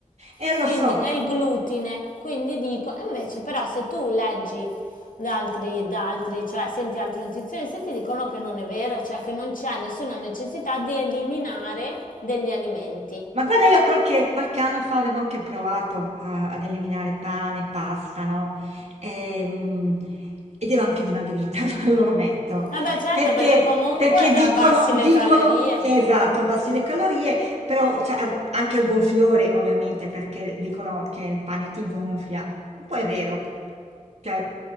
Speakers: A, on the right; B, on the left.
A: Eh,
B: Quindi
A: lo so.
B: è il glutine. Quindi dico, e invece però se tu leggi da altri, da altri, cioè senti altri nutrizionisti, ti dicono che non è vero, cioè che non c'è nessuna necessità di eliminare degli alimenti.
A: Ma guarda, io qualche qualche anno fa avevo anche provato a ad eliminare pane, pasta, no, ehm, ed ero anche dimagrita, <laughs> lo ammetto,
B: Vabbè certo
A: perché
B: perché comunque
A: perché
B: abbassi
A: dicono
B: le
A: dicono
B: calorie.
A: esatto, abbassi le calorie, però cioè, a anche il gonfiore ovviamente, perché dicono che il pane ti gonfia. Un po' è vero, cioè,